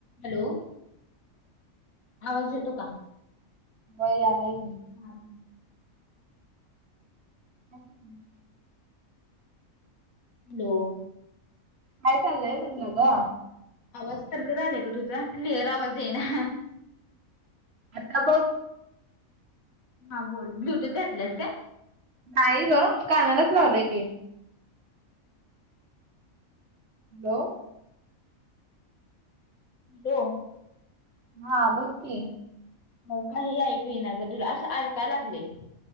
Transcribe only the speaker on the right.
वय झालय की.
हो <unintelligible>
काय चाललय म्हणलो ग.
आता बघ.
नाही ग कानालाच लावलंय की. लो
हा बोल कि.